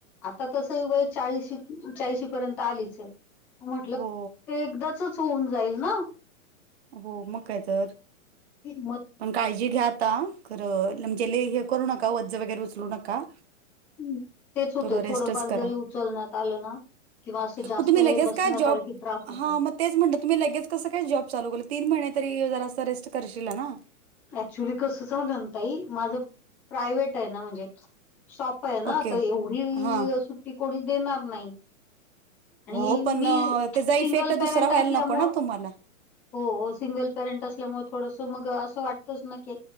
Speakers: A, in the centre; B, on the right (about 50°).
A: आता तस ह वय चाळीशी चाळीशी पर्यंत आलीच आहे. म्हटल
B: हो
A: ते एकदाचच होऊन जाईल ना.
B: हो मग काय तर,
A: मग
B: पण काळजी घ्या आता खरं म्हणजे लय- करू नका ओझं वगैरे उचलू नका.
A: हम्, तेच होतय,
B: थोडं रेस्टच
A: थोडंफार
B: करा
A: जरी उचलण्यात आलं ना- किंवा असं जास्त
B: मग तुम्ही लगेच
A: वेळ बसण्यात
B: काय जॉब
A: आलं की त्रास होतो.
B: हा मग तेच म्हंटल, तुम्ही लगेच कसं काही जॉब चालू केलं? तीन महिने तरी जरास रेस्ट करशीला ना?
A: अऍक्च्युली कसं झालं ना ताई, माझं प्रायव्हेट आहे ना, म्हणजे शॉप- आहे ना,
B: ओके
A: तर एवढी
B: हा
A: सुट्टी कोणी देणार नाही. आणि
B: हो पण
A: मी
B: अ, त्याचा
A: सिंगल
B: इफेक्ट
A: पेरंट
B: दुसरा व्हायला
A: असल्यामुळ
B: नको ना तुम्हाला
A: हो सिंगल पेरेंट असल्यामुळे थोडंस मग असं वाटत तेच नां की,